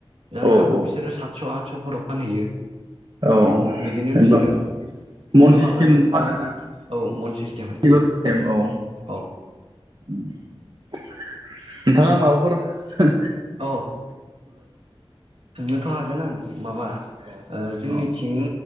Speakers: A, on the right (about 75°); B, on the right (about 50°).
A: जानो
B: औ
A: हागौ
B: औ
A: बिसोरो सातस' आदस'फोराव फानहैयो।
B: औ
A: बिदिनो
B: जेनेबा
A: बिसोरो
B: मन
A: गोबाङानो
B: सिस्टेम
A: फालांगि
B: फानोना।
A: औ मन सिस्टेमै
B: किल' सिस्टेम औ
A: औ
B: नोंथाङा माबाफोर सों
A: औ सोंनोथ' हागोन आं माबा
B: औ
A: ओ जोंनिथिं
B: औ